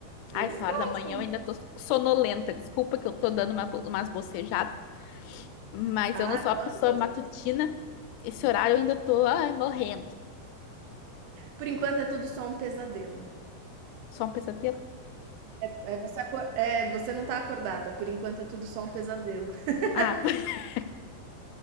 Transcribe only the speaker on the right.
Eles
gostam,
né?
Ah,
não,
não faz
muito.
Por enquanto é tudo só um pesadelo.
É, você, acor- é, você não tá acordada. Por enquanto é tudo só um pesadelo. <laughs>